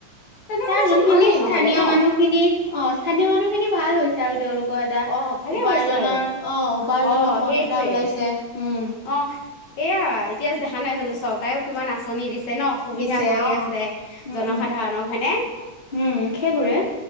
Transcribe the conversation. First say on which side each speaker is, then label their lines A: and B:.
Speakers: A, on the left; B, on the left.
A: তেনেহ'লেচোন
B: তাৰ যোনখিনি
A: ভালেই
B: স্থানীয়
A: নহ'লে ন
B: মানুহ খিনি অ' স্থানীয় মানুহখিনিৰ ভাল হৈছে। আৰু তেওঁলোক কিবা এটা
A: অ', ভালেই
B: উপাৰ্জনৰ
A: হৈছে আৰু
B: অ' উপাৰ্জনৰ
A: অ',
B: পথ
A: সেই
B: এটা
A: টোৱে
B: ওলাইছে উম।
A: অ', এয়া এতিয়া দেখা নাই জানো চৰকাৰেও কিমান আঁচনি দিছে। ন সুবিধা
B: দিছে
A: কৰি
B: অ'
A: আছে
B: উম-উম,
A: জনসাধাৰণক হয়নে
B: সেইবোৰে